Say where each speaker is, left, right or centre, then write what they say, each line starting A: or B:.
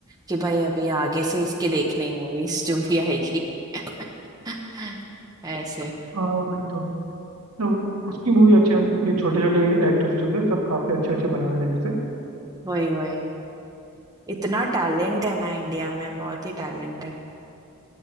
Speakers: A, on the right (about 15°); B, on the right (about 80°).
A: कि भाई अभी आगे से इसकी देखनी मूवीज <laughs> जो भी आएगी <laughs> ऐसे
B: हाँ वही तो तो उसकी मूवी अच्छी है ये छोटे छोटे एक्टर्स जो है सब काफी अच्छे अच्छे बना रहे हैं जैसे
A: वही वही इतना टैलेंट है ना इंडिया में बहुत ही टैलेंट है